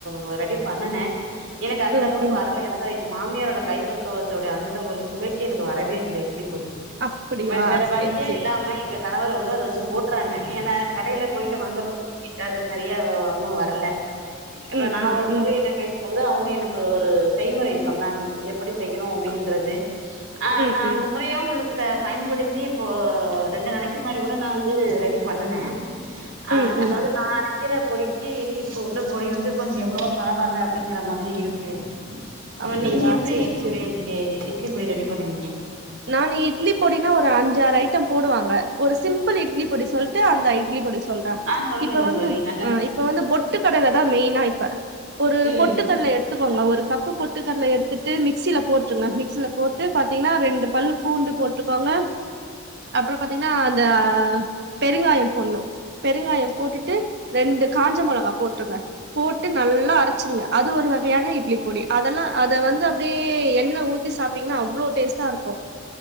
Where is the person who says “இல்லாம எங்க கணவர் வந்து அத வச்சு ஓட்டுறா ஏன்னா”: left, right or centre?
Right